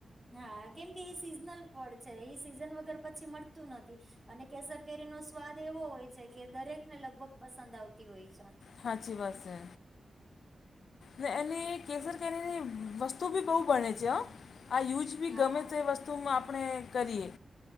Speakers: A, in the centre; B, on the left.
A: હા કેમ કે એ સિઝનલ ફંડ છે એ સિઝન વગર પછી મળતું નથી અને કેસર કેરી નો સ્વાદ એવો હોય છે કે દરેક ને લગભગ પસંદ આવતી હોય છે.
B: સાચી વાત છે. ને એને કેસર કેરીની વસ્તુ બી બહુ બણે છે, હ આ યુઝ <unintelligible> બી
A: હા.
B: ગમે તે વસ્તુ આપણે કરીએ